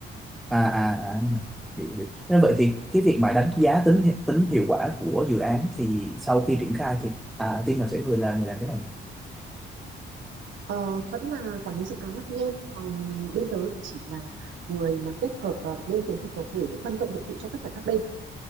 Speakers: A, in the centre; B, on the right (about 75°).
A: à à, à hiểu, hiểu. Nên vậy thì cái việc mà đánh giá tính hi- tính hiệu quả của dự án thì sau khi triển khai thì à, team nào sẽ người làm người làm cái này
B: Ờ, vẫn là quản lý dự án là PM còn bên tớ thì chỉ là người mà kết hợp ờ, lên kế hoạch tổng thể để phân công nhiệm vụ cho tất cả các bên